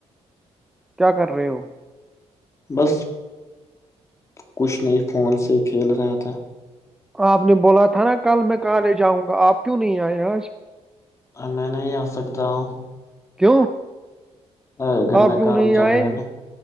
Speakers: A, in the centre; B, on the left (about 25°).
A: کیا کر رہے ہو
B: بس کچھ نہیں فون سے کھیل رہا تھا
A: آپ نے بولا تھا نا کل میں کالج آؤں گا آپ کیوں نہیں آئے آج
B: میں نہیں آ سکتا ہوں
A: کیوں
B: ا گھر
A: آپ
B: میں
A: کیوں
B: کام
A: نہیں
B: چل
A: آئے
B: رہا ہے نا